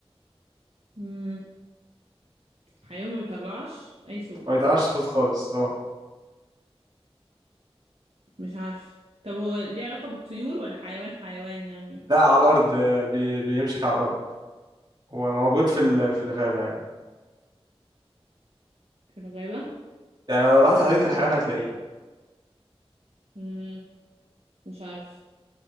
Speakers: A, on the right (about 75°); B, on the right (about 45°).
A: مم. حيوان ما بيطلعش اي صوت
B: ما بيطلعش صوت خالص اه
A: مش عارف طب هو ليه علاقة بالطيور ولا حيوان حيوان يعني
B: لا على الارض آه، بي... بيمشي على الارض وموجود في ال... في الغابة يعني
A: في الغابة
B: يعني لو رحت حديقة الحيوان هتلاقيه
A: مم. مش عارف